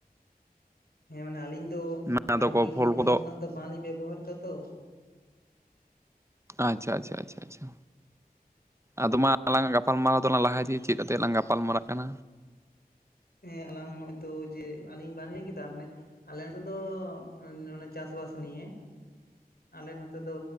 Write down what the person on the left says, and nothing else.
ᱦᱮᱸ ᱢᱟᱱᱮ ᱟᱹᱞᱤᱧ ᱫᱚ,
ᱟᱨᱠᱤ ᱩᱱᱟᱹᱜ
ᱫᱤᱱ
ᱠᱷᱚᱱᱟᱜ ᱫᱚ ᱵᱟᱝᱞᱤᱧ ᱵᱮᱵᱚᱦᱟᱨ ᱮᱫᱟ ᱛᱚ᱾
ᱦᱮᱸ, ᱟᱞᱟᱝ ᱱᱚᱜᱼᱚᱭ ᱛᱚ, ᱡᱮ ᱟᱞᱤᱧ ᱵᱟᱞᱤᱧ ᱞᱟᱹᱭ ᱠᱮᱫᱟ, ᱢᱟᱱᱮᱼᱼ ᱟᱞᱮ ᱱᱚ ᱛᱮ ᱫᱚ ᱚᱱᱮ ᱪᱟᱥᱵᱟᱥ ᱱᱤᱭᱮ᱾ ᱟᱞᱮ ᱱᱚᱛᱮ ᱫᱚ